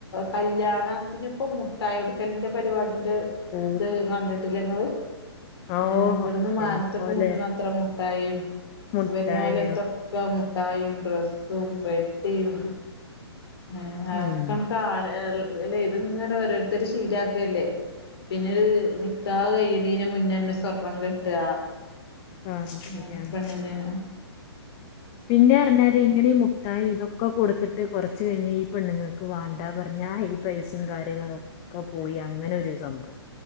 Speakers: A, on the left; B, on the left.
A: കല്യാണത്തിന് ഇപ്പൊ മുട്ടായി കൊടുക്കലിന്റെ പരിപാടി ഇ <unintelligible>
B: ഓ
A: ഇത് കണ്ട്ട്ടില്ലേ ഇങ്ങള്
B: ഓഹ്
A: ഏഹ് ഇവിടുന്ന് മാനത്തക്ക്
B: എന്തോലെ
A: മുട്ടണ അത്ര മുട്ടായിം
B: മുട്ടായിയോ
A: വെര്ണോലെടുത്തൊക്കെ മു മുട്ടായിയും ഡ്രസ്സും പെട്ടിയും ആഹ് ആക്കണ്
B: ഉം
A: കാണല്ലേ ഇത് ഇങ്ങനെ ഓരോരുത്തര് ശീലാക്കല്ലേ പിന്നെ ഒര് നിക്കാഹ് കയ്യണേന് മുന്നേന്നെ സ്വർണം കെട്ടാ
B: ആഹ്
A: ആ
B: ശരിയാണ്
A: പെണ്ണിന്
B: പിന്നെ പറഞ്ഞാല് ഇങ്ങനെ മുട്ടായി ഇതൊക്ക് ഒക്കെ കൊടുത്തിട്ട് കൊറച്ച് കഴിഞ്ഞാ ഈ പെണ്ണുങ്ങൾക്ക് വേണ്ടാ പറഞ്ഞാ ഈ പൈസയും കാര്യങ്ങളും ഒക്കെ പോയാ അങ്ങനെ ഒരു സംഭവം.